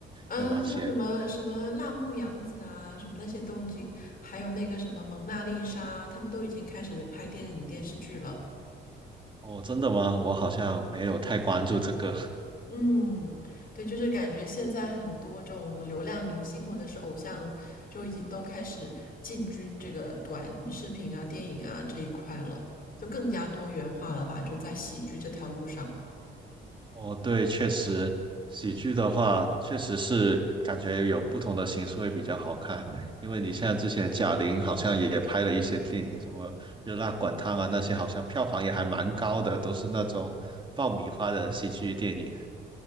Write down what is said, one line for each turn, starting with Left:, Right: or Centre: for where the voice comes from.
Left: 嗯，
Right: 有哪些。
Left: 像什么什么辣目洋子啊，什么那些都已经，还有那个什么蒙娜丽莎，他们都已经开始拍电影电视剧了。
Right: 哦，真的吗？我好像没有太关注这个。<laughs>
Left: 嗯，对，就是感觉现在很多这种流量明星或者是偶像，就已经都开始进军这个短视频啊、电影啊这一块了，就更加多元化了吧？就在喜剧这条路上。
Right: 哦，对，确实，喜剧的话，确实是感觉有不同的形式会比较好看。因为你像之前贾玲好像也拍了一些电影，什么《热辣滚烫》啊那些，好像票房也还蛮高的，都是那种爆米花的喜剧电影。